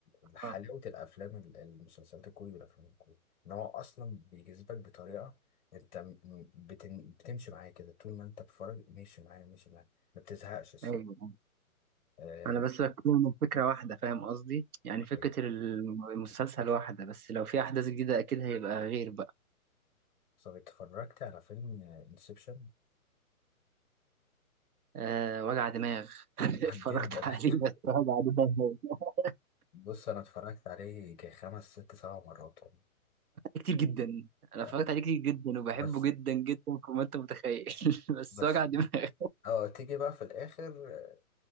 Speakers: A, on the left; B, on the right.
A: ال- حلاوة
B: اه
A: الأفلام ال- المسلسلات الكوري والأفلام الكوري إن هو أصلا بيجذبك بطريقة أنت م- بتن... بتمشي معاه كده طول ما أنت بتتفرج ماشي معاه ماشي معاه ما بتزهقش الصراحة
B: ايوه
A: آه،
B: انا بس بتكلم من فكره واحده فاهم قصدي يعني فكره
A: طيب
B: الم- المسلسل واحده بس لو في احداث جديده اكيد هيبقى غير بقى
A: طب اتفرجت على فيلم انسبشن
B: أه وجع دماغ <laughs> اتفرجت
A: <laughs> جدا
B: عليه
A: <laughs>
B: بس وجع دماغ <laughs>
A: بص انا اتفرجت عليه كخمس ست سبع مرات والله.
B: كتير جدا انا
A: آه،
B: اتفرجت عليه كتير جدا وبحبه
A: بس
B: جدا جدا كما انت متخيل <laughs> بس
A: بس
B: وجع دماغ
A: اه تيجي بقى في الاخر آه،